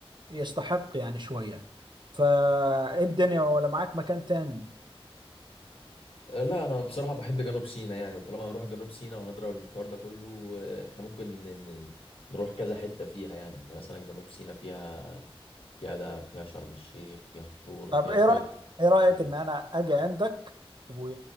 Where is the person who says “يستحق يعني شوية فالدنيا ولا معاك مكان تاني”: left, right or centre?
Right